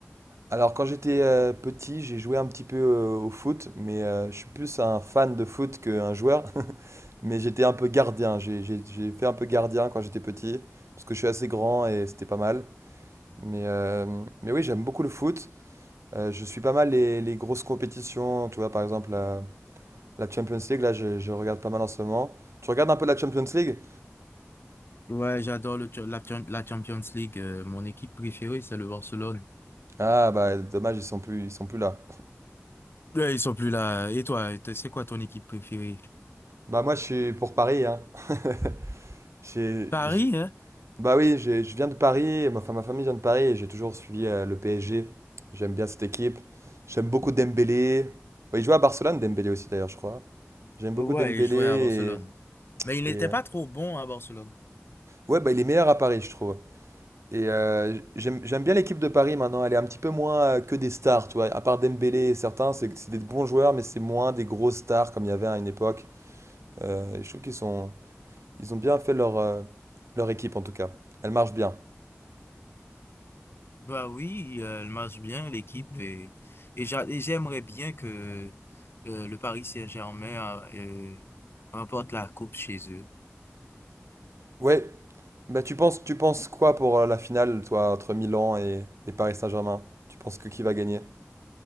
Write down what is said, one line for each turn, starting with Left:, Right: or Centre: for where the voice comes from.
Right: Alors, quand j'étais euh, petit, j'ai joué un petit peu euh, au foot, mais euh, je suis plus un fan de foot qu'un joueur. <laughs> Mais j'étais un peu gardien. J'ai j'ai- j'ai fait un peu gardien quand j'étais petit, parce que je suis assez grand et c'était pas mal. Mais, euh, mais oui, j'aime beaucoup le foot. Euh, je suis pas mal les, les grosses compétitions, tu vois, par exemple la, la Champions League, là je, je regarde pas mal en ce moment. Tu regardes un peu la Champions League?
Left: Ouais, j'adore le, la, la Champions League. euh, mon équipe préférée, c'est le Barcelone.
Right: Ah bah dommage, ils sont plus, ils sont plus là.
Left: Ouais, ils sont plus là. Et toi, t- c'est quoi ton équipe préférée?
Right: Bah moi je suis pour Paris, hein. <laughs> J'ai-
Left: Paris,
Right: j'ai-
Left: hein?
Right: Bah oui, j'ai- je viens de Paris, ma, enfin, ma famille vient de Paris et j'ai toujours suivi euh, le PSG. J'aime bien cette équipe. J'aime beaucoup Dembélé. Ouais, il joue à Barcelone, Dembélé aussi d'ailleurs, je crois. J'aime beaucoup
Left: Ouais,
Right: Dembélé
Left: il jouait à Barcelone. Mais il n'était
Right: et, et, euh,
Left: pas trop bon à Barcelone.
Right: ouais, bah il est meilleur à Paris, je trouve. Et euh, j'aime, j'aime bien l'équipe de Paris maintenant. Elle est un petit peu moins euh, que des stars, tu vois. À part Dembélé et certains, c'est c'est des bons joueurs, mais c'est moins des grosses stars comme il y avait à une époque. Euh, je trouve qu'ils sont, ils ont bien fait leur, euh, leur équipe en tout cas. Elle marche bien.
Left: Bah oui, euh, elle marche bien, l'équipe. Et, et j'a- et j'aimerais bien que euh, le Paris Saint-Germain euh, remporte la coupe chez eux.
Right: Ouais, bah tu penses, tu penses quoi pour euh, la finale, toi, entre Milan et, et Paris Saint-Germain? Tu penses que qui va gagner?